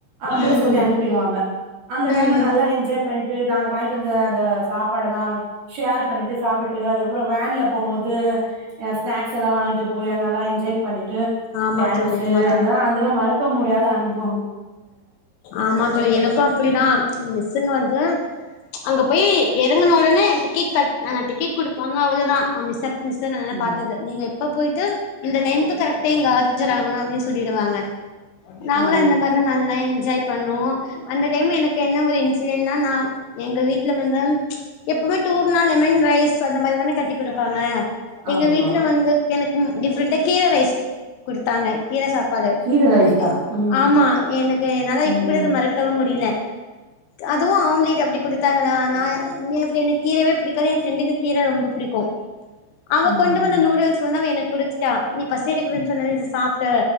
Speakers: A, on the right (about 55°); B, on the left (about 80°).
A: அப்புடி
B: ம்
A: சொல்லி அனுப்பிருவாங்க அந்த டைம்ல
B: ம்
A: நல்லா என்ஜாய் பண்ணிட் டு நாங் வாயின்ட்டு வந்த அந்த சாப்பாடலா ஷேர் பண்ணிட்டு சாப்ட்டுட்டு அது புற வேன்ல போம்போது எ ஸ்நேக்ஸ் எல்லா வாங்கிட்டு போய் அத் நல்லா என்ஜாய் பண்ணிட்டு
B: ஆமா
A: டேன்சு
B: தோழி ஆமா
A: அதுலா
B: தோழி
A: அதுலா மறக்க முடியாத னுபொ
B: ஆமா தோழி எனக்கு அப்புடிதா மிஸ் சின் வந்து அங்க பொயி எறங்குன ஒடனே டிக்கெட் கட் நாங்க டிக்கெட் கொடுப்பாங்க அவுளோ தா அ மிஸ்ச மிஸ்சனனென்ன
A: ம்
B: பாத்தது நீங்க எப்ப பொய் து இந்த டைம்க்கு கரெக்டா இங்க ஆஜரகணும் அப்டின்னு சொல்லிடுவாங்க நாங்களும்
A: ஆ
B: இந்த மார் அ என்ஜாய் பண்ணோ அந்த டைம் எனக்கு என்ன ஒரு இன்சிடென்ட்னா நா எங்க வீட்ல வந்த ம் எப்பமே டூர்னா லெமன் ரைஸ் அந்த மாரி தானே கட்டி குடுப்பாங்க எங்க
A: ஆமா
B: வீட்ல வந்துக் எனக் ம் டிஃப்ரெண்டா கீர ரைஸ் குடுத்தாங்க கீர சாப்பாடு
A: கீர ரைஸா
B: எனக்கு
A: ம்
B: ஆமா எனக்கு என்னால
A: ம்
B: இப்ப கூட அத மறக்கவும் முடியில அதுவும் ஆம்லேட் அப்டி குடுத்தாங்கனா நா என் நே <unintelligible> கீரவே பிடிக்காது என் ஃப்ரெண்டுக்கு கீர ரொம்ப புடிக்கும் அவ
A: ம்
B: கொண்டு வந்த நூடுல்ஸ் வந்து அவ எனக் குடுத்துட்டா நீ பசி எடுக்குதுன்னு சொன்னல்ல இது சாப்ட